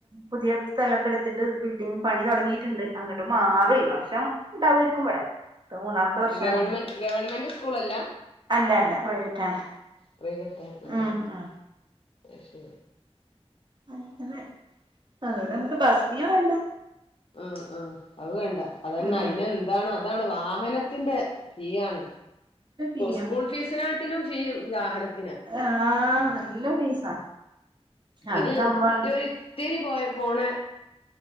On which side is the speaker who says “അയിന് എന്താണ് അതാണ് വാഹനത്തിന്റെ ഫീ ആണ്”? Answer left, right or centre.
Left